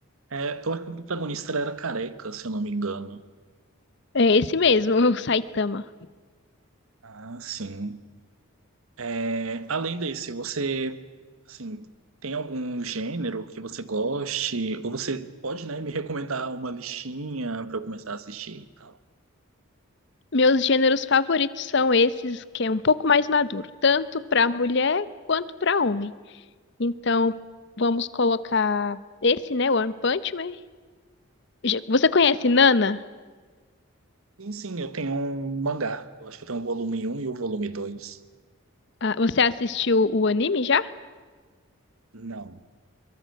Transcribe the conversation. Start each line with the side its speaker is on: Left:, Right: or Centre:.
Right: é, eu acho que o protagonista era careca, se eu não me engano.
Left: É esse mesmo, <laughs> o Saitama.
Right: Ah, sim. É, além desse, você, assim, tem algum gênero que você goste? Ou você pode, né, me recomendar uma listinha para eu começar a assistir e tal?
Left: Meus gêneros favoritos são esses que é um pouco mais maduro, tanto para mulher quanto para homem. Então, vamos colocar esse, né, One Punch Man. Já- Você conhece Nana?
Right: Sim, sim, eu tenho um mangá. Eu acho que eu tenho o volume um e o volume dois
Left: Ah, Você assistiu o anime já?
Right: Não.